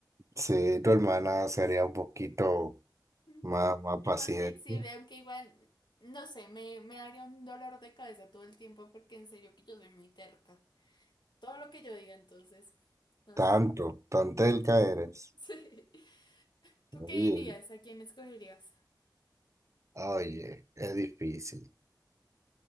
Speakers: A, on the right; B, on the left.
A: Sí, tu hermana sería un poquito
B: Un
A: más,
B: poquito
A: más paciente.
B: más flexible, aunque igual, no sé, me, me daría un dolor de cabeza todo el tiempo, porque en serio que yo soy muy terca. Todo lo que yo diga, entonces, no sé.
A: Tanto,
B: <laughs>
A: tan telca eres.
B: Sí. ¿Tú
A: Oye,
B: qué dirías? ¿A quién escogerías?
A: oye, es difícil,